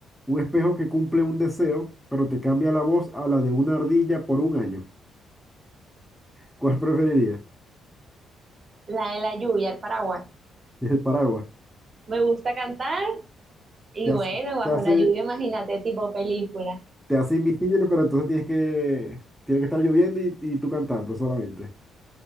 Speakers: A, in the centre; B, on the right (about 40°).
A: un espejo que cumple un deseo, pero te cambia la voz a la de una ardilla por un año. ¿Cuál preferirías?
B: La de la lluvia, el paraguas.
A: El paraguas.
B: Me gusta cantar y
A: Te hace,
B: bueno, bajo
A: te hace,
B: la lluvia, imagínate, tipo película,
A: te hace invisible, pero entonces tienes que, tiene que estar lloviendo y, y tú cantando solamente.